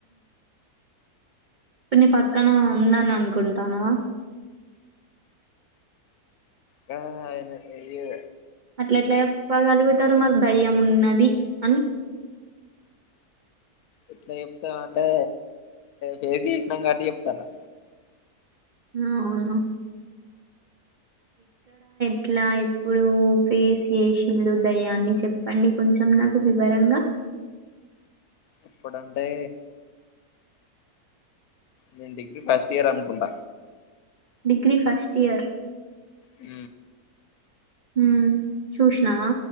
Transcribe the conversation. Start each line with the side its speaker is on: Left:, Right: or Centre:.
Right: ఇప్పుడు నీ పక్కన ఉందని అనుకుంటానవా
Left: గా ఆయనే ఏయ్యు
Right: అట్ల ఎట్ల చెప్ప గలుగుతరు మరి దయ్యం ఉన్నది అని
Left: ఎట్లా చెప్తా అంటే ఫేస్ చేసినాం కాట్టి చెప్తానా
Right: అవున ఇట్లా ఎప్పుడు ఫేస్ చేసిళు దయాన్ని చెప్పండి కొంచెం నాకు వివరంగా
Left: ఎప్పుడుంటే నేను డిగ్రీ ఫస్ట్ ఇయర్ అనుకుంటా
Right: డిగ్రీ ఫస్ట్ ఇయర్
Left: ఉ
Right: హు చూసినావా